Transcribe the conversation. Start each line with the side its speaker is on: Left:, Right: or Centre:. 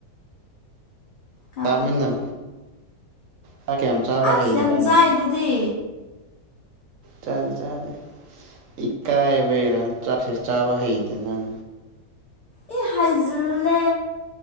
Left: ꯍꯥ
Right: ꯆꯥꯃꯤꯟꯅꯕ ꯆꯥꯛ ꯀꯌꯥꯝ ꯆꯥꯕ
Left: ꯑꯁ
Right: ꯍꯩꯇꯕ
Left: ꯌꯥꯝ
Right: ꯅꯪ
Left: ꯆꯥꯏꯗꯨꯗꯤ
Right: ꯆꯥꯗꯦ ꯆꯥꯗꯦ ꯏꯀꯥꯏꯕꯩꯔꯥ ꯆꯥꯛꯁꯦ ꯆꯥꯕ ꯍꯩꯇꯦ ꯅꯪ
Left: ꯑꯦ ꯍꯥꯏꯖꯤꯜꯂꯦ